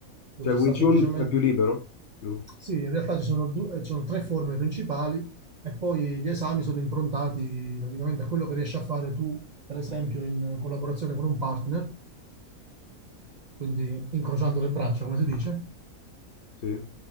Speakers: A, on the right (about 40°); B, on the left (about 55°).
A: dove
B: Cioè
A: ci
B: il
A: sta
B: Wing Chun
A: semplicemente
B: è più libero? Più...
A: Sì, in realtà ci sono, due- eh, ci sono tre forme principali e poi gli esami sono improntati praticamente a quello che riesci a fare tu, per esempio, in collaborazione con un partner, quindi incrociando le braccia, come si dice,
B: Sì.